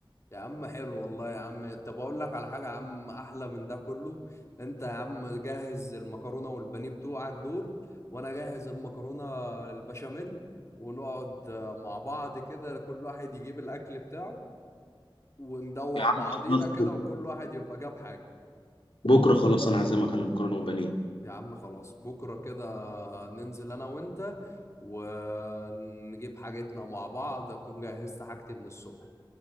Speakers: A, on the left; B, on the left.
A: يا عم حلو والله يا عم طب اقول لك على حاجه يا عم احلى من ده كله انت يا عم جهز المكرونه والبانيه بتوعك دول وانا جاهز المكرونه البشاميل ونقعد آه، مع بعض كده كل واحد يجيب الاكل بتاعه وندوق
B: يا عم
A: بعضينا
B: خلاص
A: كده
B: بكره
A: وكل واحد يبقى جاب حاجه
B: بكرة خلاص انا عازمك على مكرونه وبانيه
A: يا عم خلاص بكره كده ننزل انا وانت ونجيب حاجتنا مع بعض اكون جهزت حاجتي من الصبح